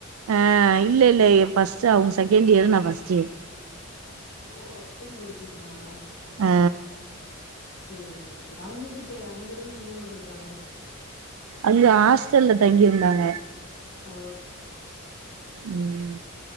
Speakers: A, on the right; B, on the left.
A: அ இல்ல இல்ல ஃபர்ஸ்டு அவுங்க செகண்ட் இயர்ரு நா ஃபர்ஸ்ட் இயர்
B: ஓ அப்படி படிச்சிக்கலா
A: ஆ
B: சேரி செரி செரி அவுங்க எப்டி க அங்கருந்து இங்க வந்து படிச்சாங்க
A: அங்க ஹாஸ்டல்ல தங்கியிருந்தாங்க
B: ஓ
A: ம்